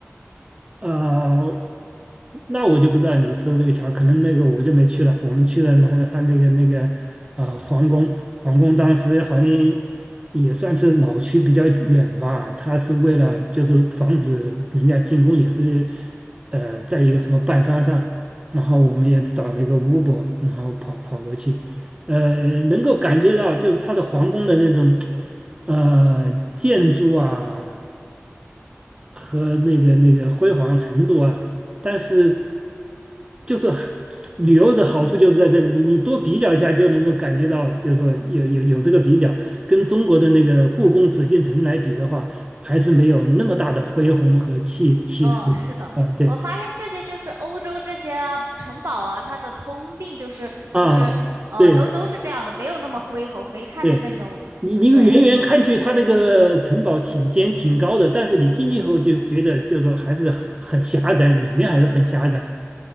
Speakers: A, on the right; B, on the right.
A: 啊、那我就不知道你说这个桥，可能那个我就没去了。我们去了他他那个那个呃皇宫，皇宫当时好像也算是老区比较远吧，他是为了就是防止人家进攻，也是呃在一个什么半山上，然后我们也找了一个 u b 然后跑跑过去，呃，能够感觉到就是他的皇宫的那种呃建筑啊。和那个那个辉煌程度啊，但是就是很旅游的好处就是在这里，你你多比较一下就能够感觉到，就是说有有有这个比较，跟中国的那个故宫紫禁城来比的话，还是没有那么大的恢宏和气气势。
B: 嗯，是的，
A: 嗯，对
B: 我发现这些就是欧洲这些啊城堡啊，它的通病就是就是呃都都是这样的，
A: 啊，对
B: 没有那么恢宏，没看着那么对
A: 对，你你远远看去，它那个城堡挺尖挺高的，但是你进去以后就觉得就是说还是很很狭窄，里面还是很狭窄。